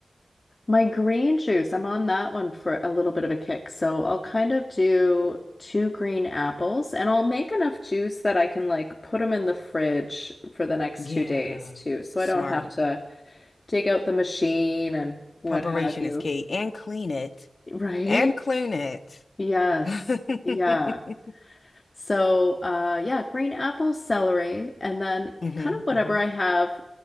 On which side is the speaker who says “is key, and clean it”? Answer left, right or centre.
Left